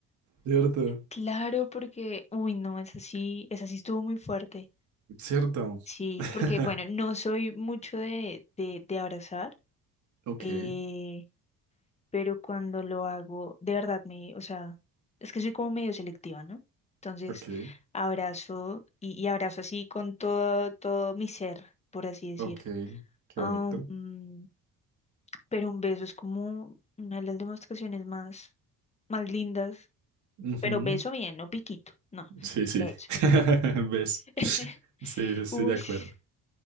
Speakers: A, on the right; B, on the left.
A: ¿Cierto?
B: Claro, porque, uy, no, esa sí, esa sí estuvo muy fuerte.
A: ¿Cierto?
B: Sí,
A: <laughs>
B: porque, bueno, no soy mucho de, de, de abrazar,
A: Ok,
B: eh, pero cuando lo hago, de verdad me, o sea, es que soy como medio selectiva, ¿no? Entonces,
A: ok,
B: abrazo y, y abrazo así con todo, todo mi ser, por así decirlo.
A: ok. Qué
B: Ah,
A: bonito.
B: mm, pero un beso es como una de las demostraciones más más lindas,
A: Ujú.
B: pero beso bien, no piquito, no,
A: Sí, sí.
B: beso.
A: <laughs> ¿Ves?
B: <laughs>
A: Sí, sí, estoy
B: Ush,
A: de acuerdo.